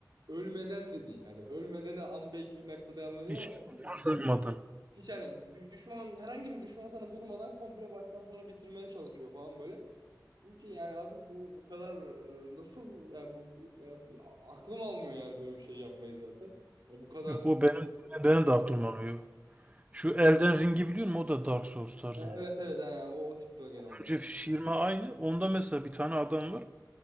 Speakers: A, on the right; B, on the right.
A: ölmeden de değil. Hani ölmeden an belki bir noktada anlıyorum
B: Hiç
A: ama
B: umursamadın.
A: <laughs> Hiç yani dü- düşman herhangi bir düşman sana vurmadan komple baştan sona bitirmeye çalışıyor falan böyle. Çünkü ki yani abi bu bu kadar e, nasıl bu- yani bu bu- yani bu- a- aklım almıyor yani böyle bir şey yapmayı zaten. Yani bu kadar
B: Yok o benim benim de aklım alıyor. Şu Elden Ring'i biliyor musun? O da Dark Souls tarzında.
A: E, evet evet yani o o tipte o gene o da.
B: Önce şişirme aynı. Onda mesela bir tane adam var.